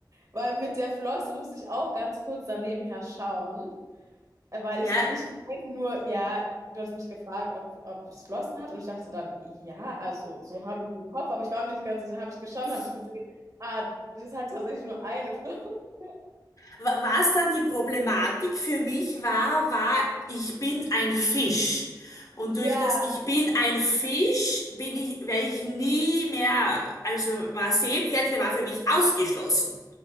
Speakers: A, on the right; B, on the left.
A: Weil mit der Flosse musste ich auch ganz kurz daneben her schauen, äh, weil
B: ja,
A: ich, ich weiß nur, ja, du hast mich gefragt, ob, ob es Flossen hat und ich dachte dann, ja, also so habe ich im Kopf, aber ich war mir nicht ganz sicher. Dann habe ich geschaut,
B: ich
A: habe ich gesehen, ah, das hat tatsächlich nur eine Flosse. <laughs>
B: Wa- Was dann die Problematik für mich war, war, ich bin ein Fisch. Und
A: Ja,
B: durch das Ich bin ein Fisch bin ich, wär ich nie mehr, also war Seepferdchen war für mich ausgeschlossen.